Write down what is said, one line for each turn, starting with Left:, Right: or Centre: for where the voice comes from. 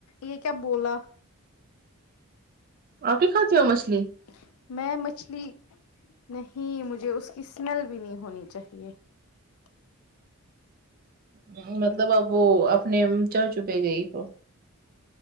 Left: یہ کیا بولا
Right: اورپ کیا کھاتی ہو مچھلی
Left: <unintelligible> <unintelligible>
Right: <unintelligible>